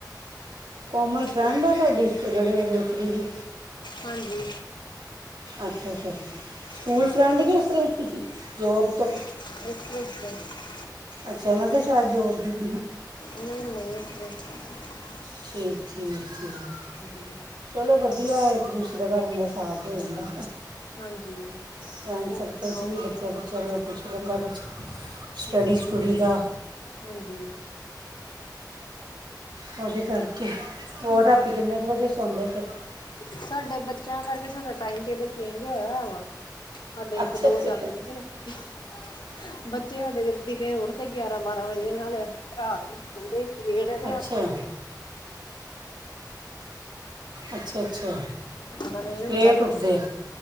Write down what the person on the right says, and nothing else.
ਕੋਮਲ ਫਰੈਂਡ
ਆ ਤੁਹਾਡੀ ਇਸ 'ਤੇ ਜਿਹੜੇ ਦੂਸਰੀ ਜ
ਅੱਛਾ ਅੱਛਾ ਸਕੂਲ
ਫਰੈਂਡ ਕੇ ਉਸ ਤਰ੍ਹਾਂ ਜੋਬ ਤੋਂ
ਅੱਛਾ ਮੈਂ ਕਿਹਾ ਸ਼ਾਇਦ ਜੋਬ ਜੁਬ
ਠੀਕ ਠੀਕ ਠੀਕ
ਚਲੋ ਵਧੀਆ ਇੱਕ ਦੂਸਰੇ ਦਾ ਬੰਦਾ ਸਾਥ ਦੇ ਦਿੰਦਾ
ਫਰੈਂਡ
ਸਰਕਲ
'ਚ ਵੀ ਬੱਚਿਆਂ ਬੁੱਚਿਆਂ ਵੱਲੋਂ ਪੁੱਛ ਲਹਿੰਦਾ ਕੁਛ ਸਟੱਡੀ
ਸਟੂੱਡੀ ਦਾ
ਉਹਦੇ ਕਰਕੇ ਹੋਰ
ਰਾਤੀ
ਕਿੰਨੇ ਕੁ ਵਜੇ ਸੌਂਦੇ ਫਿਰ
ਅੱਛਾ
ਅੱਛਾ
ਅੱਛਾ
ਅੱਛਾ ਅੱਛਾ
ਲੇਟ ਉੱਠਦੇ